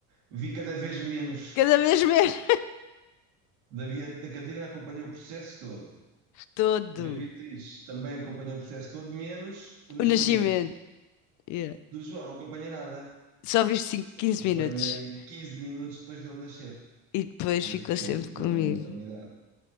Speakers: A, on the right (about 70°); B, on the left (about 55°).
A: vi cada vez menos.
B: Cada vez menos.
A: Da, Bia- da Catarina acompanhei o processo todo.
B: Todo.
A: Da Beatriz também acompanhei o processo todo, menos o nascimento.
B: O nascimento. yeah.
A: Do João não acompanhei nada.
B: Só vi 5
A: Só
B: 15
A: Acompanhei
B: minutos.
A: 15 minutos depois dele nascer,
B: E depois
A: desse
B: ficou
A: processo
B: sempre
A: da,
B: comigo.
A: da maternidade.